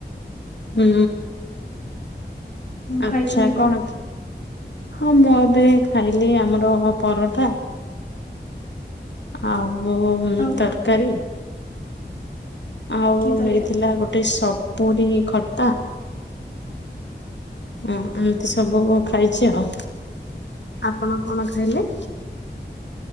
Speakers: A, on the left; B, on the left.
A: ହୁଁ
B: କଣ ଖାଇଛନ୍ତି
A: ଆଚ୍ଛା କଣ ହଁ ମୁଁ ଏବେ ଖାଇଲି ଆମର ପରଟା ଆଉ
B: ଆଉ
A: ତରକାରୀ ଆଉ
B: କି ତରକାରୀ?
A: ହେଇଥିଲା ଗୋଟେ ସପୁୁରୀ ଖଟା। ହଁ ଏମିତି ସବୁ ଖାଇଛି ଆଉ ଆପଣ କଣ ଖାଇଲେ?